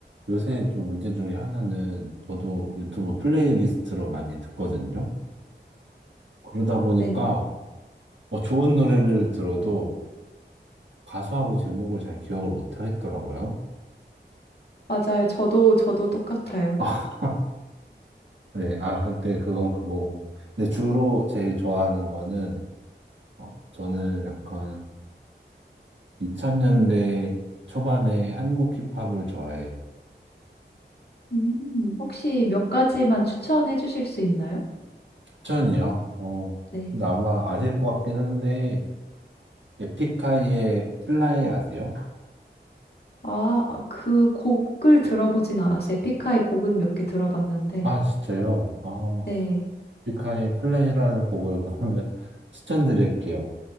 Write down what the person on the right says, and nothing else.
요새 좀 문제 중에 하나는 저도 유튜브 플레이리스트로 많이 듣거든요? 그러다 보니까,
어, 좋은 노래를 들어도 가수하고 제목을 잘 기억을 못 하겠더라고요.
<laughs> 네, 아, 근데 그건 그거고. 근데 주로 제일 좋아하는 거는 어, 저는 약간 2000년대 초반에 한국 힙합을 좋아해요.
추천이요? 어,
근데 아마 아실 것 같긴 한데, 에픽하이의 플라이 아세요?
아, 진짜요? 아,
에픽하이의 플라이라는 곡을 그러면 <laughs> 추천드릴게요.